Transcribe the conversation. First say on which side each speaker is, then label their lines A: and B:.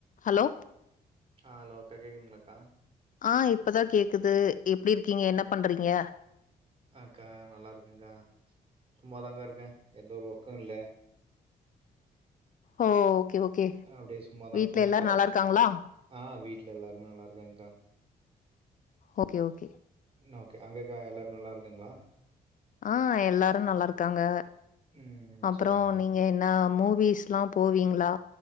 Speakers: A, on the left; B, on the right.
A: Hello
B: ஆ hello அக்கா கேட்குதுங்களா அக்கா
A: ஆ இப்பதா கேக்குது எப்டி இருக்கீங்க என்ன பண்றீங்க
B: அக்கா நல்லா இருக்கங்க்கா சும்மாதாக்கா இருக்கே எந்த ஒரு ஒர்க்கு இல்ல
A: ஓ ஓகே ஓகே
B: அப்படியே சும்மாதான்
A: வீட்ல
B: ஃபோன்
A: எல்லாரு
B: பாத்துட்டு
A: நல்லா இருக்காங்களா
B: ஆ வீட்டுல எல்லாருமே நல்லா இருக்காங்கக்கா
A: ஓக்கே ஓக்கே
B: என்ன ஓக்கே அங்கேர்க்கா எல்லாரு நல்லாருக்காங்களா
A: ஆ எல்லாரு நல்லாருக்காங்க
B: ம்
A: அப்றொ
B: சரிங்க்கா
A: நீங்க
B: சரிங்க
A: என்ன மூவிஸ்லாம் போவீங்களா